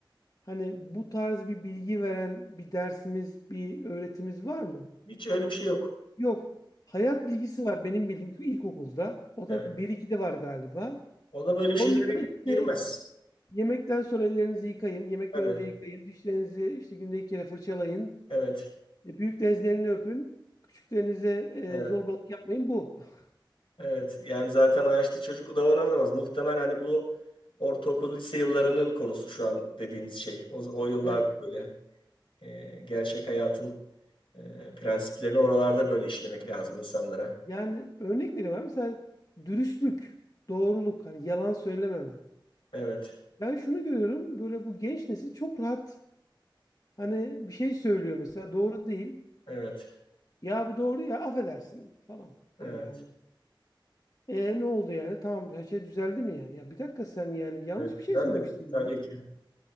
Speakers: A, on the left; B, on the left.
A: Hani bu tarz bir bilgi veren bir dersimiz, bir öğretimiz var mı?
B: Hiç öyle bir şey yok.
A: Yok. Hayat bilgisi var benim bildiğim ki ilkokulda. O
B: Evet.
A: da 1-2'de var galiba.
B: Ona böyle
A: Onda
B: şeylere
A: da işte
B: girmez.
A: Yemekten sonra ellerinizi yıkayın. Yemekten
B: Tabii.
A: önce yıkayın. Dişlerinizi işte günde iki kere fırçalayın.
B: Evet.
A: E, büyük denizlerini öpün. Küçüklerinize
B: Evet.
A: e, zorbalık yapmayın. Bu. <laughs>
B: Evet yani zaten o yaşta çocuk da onu anlamaz. Muhtemel hani bu ortaokul lise yıllarının konusu şu an dediğimiz şey. O, o yıllarda
A: Evet.
B: böyle e, gerçek hayatın e, prensiplerini oralarda böyle işlemek lazım insanlara.
A: Yani örnek vereyim abi. Mesela dürüstlük, doğruluk, hani yalan söylememe.
B: Evet,
A: Ben şunu görüyorum. Böyle bu genç nesil çok rahat. Hani bir şey söylüyor mesela doğru değil.
B: evet,
A: Ya bu doğru ya affedersin falan.
B: evet,
A: Böyle hani. E ne oldu yani? Tamam her şey düzeldi mi yani? Ya bir dakika sen yani yanlış
B: evet.
A: bir şey
B: Güzel
A: söylemiştin
B: mi? Tabii
A: bana.
B: ki.